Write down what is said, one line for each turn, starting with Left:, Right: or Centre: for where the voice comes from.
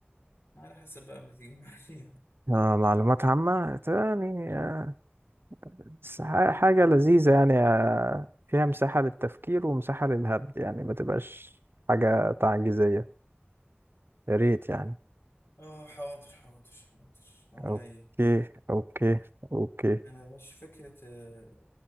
Left: على حسب بقى ما تيجي معايا
Right: آه معلومات عامه تاني آه بس ح- حاجه لذيذه يعني آه فيها مساحه للتفكير ومساحه للهبد يعني ما تبقاش حاجه تعجيزيه يا ريت يعني
Left: اه حاضر حاضر حاضر عينيا
Right: اوكي اوكي اوكي
Left: انا مش فكرة آه،